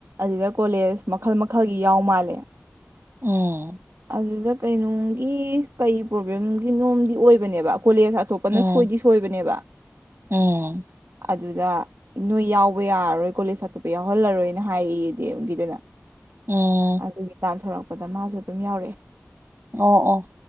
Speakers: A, on the right; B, on the right.
A: ꯑꯗꯨꯗ ꯀꯣꯂꯦꯖ ꯃꯈꯜ ꯃꯈꯜꯒꯤ ꯌꯥꯎ ꯃꯥꯜꯂꯦ
B: ꯎꯝ
A: ꯑꯗꯨꯗ ꯀꯩꯅꯣꯒꯤ ꯀꯩ ꯄ꯭ꯔꯣꯕ꯭ꯂꯦꯝꯒꯤ ꯅꯣꯝꯗꯤ ꯑꯣꯏꯕꯅꯦꯕ ꯀꯣꯂꯦꯖ ꯑꯇꯣꯞꯄꯅ
B: ꯎꯝ
A: ꯁꯣꯏꯗꯤ ꯁꯣꯏꯕꯅꯦꯕ
B: ꯎꯝ
A: ꯑꯗꯨꯗ ꯅꯣꯏ ꯌꯥꯎꯕ ꯌꯥꯔꯔꯣꯏ ꯀꯣꯂꯦꯖ ꯑꯇꯣꯞꯄ ꯌꯥꯎꯍꯜꯂꯔꯣꯏꯅ ꯍꯥꯏꯌꯦꯗꯤꯝꯒꯤꯗꯨꯅ
B: ꯎꯝ
A: ꯑꯗꯨꯒꯤ ꯇꯥꯟꯊꯣꯔꯛ ꯑꯣꯗ ꯃꯥꯁꯨ ꯑꯗꯨꯝ ꯌꯥꯎꯔꯛꯑꯦ
B: ꯑꯣ ꯑꯣ